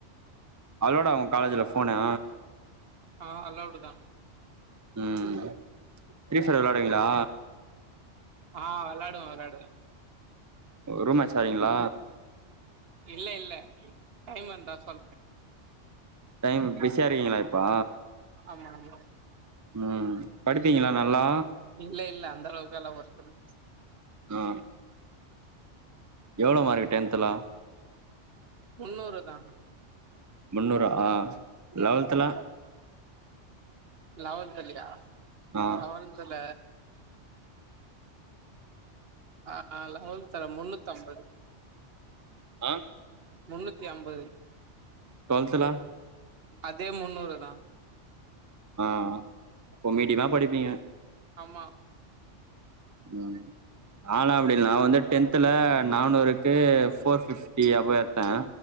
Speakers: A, on the right; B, on the right.
A: அவளோட அவன் உன் காலேஜ்ல போனா
B: ஆ அலவுடு தா
A: உ திரீஃபயர் விளையாடுவீங்களா
B: ஆ விளாடுவே விளாடுவே
A: பொறுமசாலிங்களா
B: இல்ல இல்ல டைம்வந்தா சொல்றேன்
A: டைம் பிஸியா இருக்கீங்களா, இப்போ?
B: ஆமா நம்பு
A: ம் படிப்பீங்களா நல்லா?
B: இல்ல, இல்ல அந்த அளவுக்கெல்லா ஓர்த் இல்ல.
A: நா எவ்ளோ மார்க் டென்த்ல?
B: முன்னூறு தா.
A: முன்னூறா,
B: ம்
A: லெவல்த்ல?
B: லெவல் தல்லியா,
A: ஆ
B: லெவல்த்ல ஆ லெவல்த்ல முன்னூத்தம்பது.
A: அ
B: முன்னூத்திஅம்பது.
A: டுவெல்த்ல
B: அதே முன்னூறு தா.
A: ஆ அப்போ மீடியமா படிப்பீங்க.
B: ஆமா.
A: ம். நானா, அப்டில்ல நா வந்து டென்துல நானூருக்கு ஃபோர் ஃபீஃப் டீ அபோ எடுத்தே